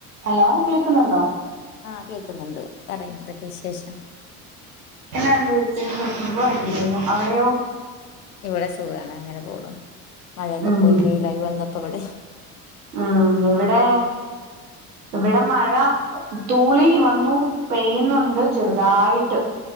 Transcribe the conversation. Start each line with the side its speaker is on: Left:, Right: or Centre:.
Right: ഹലോ കേക്കുന്നുണ്ടോ?
Left: ആഹ് കേക്ക്ന്നുണ്ട് പറി എന്തൊക്കെ വിശേഷം
Right: എന്നാ എണ്ട് വീട്ട്ല് വിശേഷം സുഖായിട്ടിര്ക്കുന്നു അവിടെയോ
Left: ഇവടെ സുഖാണ് അങ്ങെനെ പോണു മഴയൊക്കെ
Right: ഉം
Left: പോയി വെയ്ലായി വന്നുപ്പോ ഇവടെ.
Right: ഉം ഇവിടെ ഇവിടെ മഴ തൂളി വന്നു പെയ്യുന്നുണ്ട് ചെറുതായിട്ട്.